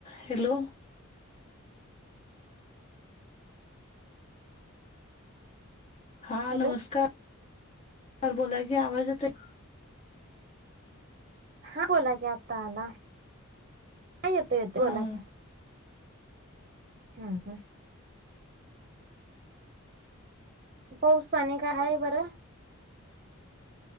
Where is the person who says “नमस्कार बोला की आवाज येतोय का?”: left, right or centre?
Left